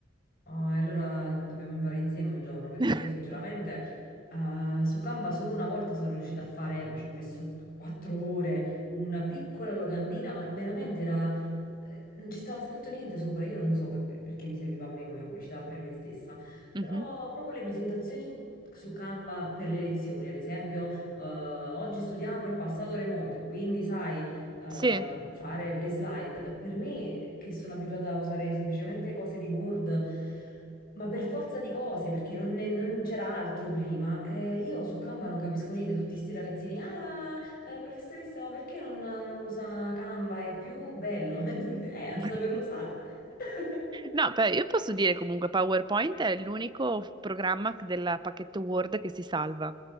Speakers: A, on the left; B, on the right.
A: ah, e allora dobbiamo imparare insieme un giorno, perché
B: <laughs>
A: io sinceramente ah, su Canva solo una volta sono riuscita a fare, ma ci ho messo quattro ore, una piccola locandina, ma veramente era eh, Non ci stava scritto niente sopra, io non so che- per- perché mi serviva a me come pubblicità per me stessa,
B: Mhm.
A: però proprio le presentazioni su Canva per le lezioni, ad esempio, eh, oggi studiamo il passato remoto e quindi sai, eh,
B: Sì.
A: fare le slide, per me che sono abituata a usare semplicemente cose di Word, ma per forza di cose, perché non, ne- non c'era altro prima, eh, io su Canva non capisco niente, tutti sti ragazzini, ah! Eh, professoressa, ma perché non, non usa Canva? È più bello. <laughs> Eh, a
B: <laughs>
A: saperlo usare. <laughs>
B: No, però io posso dire comunque PowerPoint è l'unico programma del pacchetto Word che si salva.